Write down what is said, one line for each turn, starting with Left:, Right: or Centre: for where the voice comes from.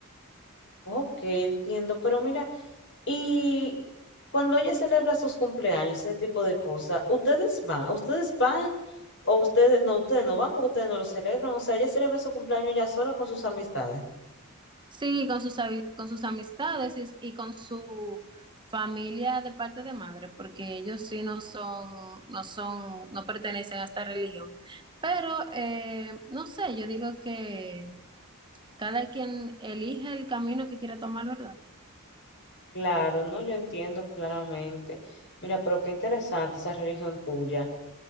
Left: Ok, entiendo, pero mira, y cuando ella celebra sus cumpleaños, ese tipo de cosas, ¿ustedes van? ¿Ustedes van o ustedes no, ustedes no van porque ustedes no lo celebran? O sea, ella celebra su cumpleaños ya sola con sus amistades.
Right: Sí, con sus, abi- con sus amistades y, y con su familia de parte de madre, porque ellos sí no son, no son, no pertenecen a esta religión. Pero, eh, no sé, yo digo que cada quien elige el camino que quiera tomar, ¿verdad?
Left: Claro, no, yo entiendo claramente. Mira, pero qué interesante esa religión tuya.